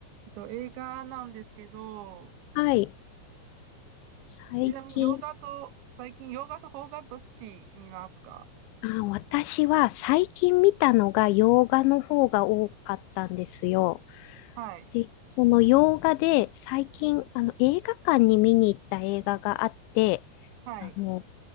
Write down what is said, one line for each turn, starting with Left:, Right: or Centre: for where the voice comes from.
Right: えっと、映画なんですけど、
Left: はい。最近、
Right: ちなみに洋画と、最近洋画と邦画どっち見ますか
Left: あ、私は最近見たのが洋画の方が多かったんですよ。
Right: はい。
Left: で、その洋画で最近、あの、映画館に見に行った映画があって、
Right: はい。
Left: あの、